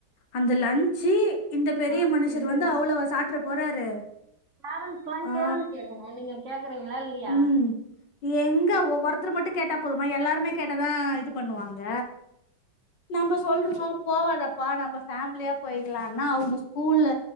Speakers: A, on the left; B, on the right.
A: அந்த லன்ச்சு இந்த பெரிய
B: காசு
A: மனுஷர்
B: எப்டி
A: வந்து அவ்வளோவா சாட்டுற போறாரு
B: பேரன்ட்ஸ்ல்லா
A: ஆ
B: கேள்வி கேட்கணு நீங்க கேக்குறீங்களா இல்லியா
A: ம் எங்க ஒ ஒருத்தர் மட்டு கேட்டா போதுமா எல்லாருமே கேட்டதா இது பண்ணுவாங்க நம்ம சொல்றோ போவாதப்பா நம்ம ஃபேமிலியா போயிக்கலான்னா அவங்க ஸ்கூல்ல